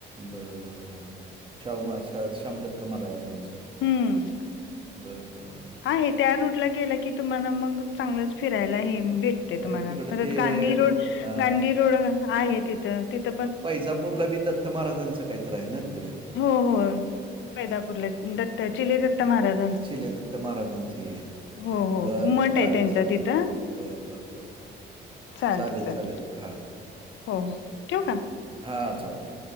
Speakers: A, on the right (about 25°); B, on the left (about 75°).
A: बरं बरं बरं बरं शाहूम श्याम दत्त महाजांचं हाय
B: हम्म.
A: बरं बरं बरं
B: आहे त्या रूटला गेला की तुम्हाला मग चांगलंच फिरायला हे भेट ते
A: परत
B: तुम्हाला
A: तिकडं
B: परत
A: ते
B: गांधी रोड
A: अ,
B: गांधी रोड आहे तिथ तिथ
A: पैजापूरला बी दत्त महाराजांचं कायतर हाय ना तिकड
B: हो हो पैदापूरला येत दत्त चिले दत्त महाराज
A: शिलेदत्त महाराजांचं ये हाय
B: हो हो
A: बर
B: मठ
A: बर
B: आहे
A: चालेल
B: त्यांचा
A: चालेल
B: तिथं
A: बर बर बर
B: चालत
A: चालेल
B: चालत
A: चालेल हां
B: हो हो ठेवू का?
A: हां चालेल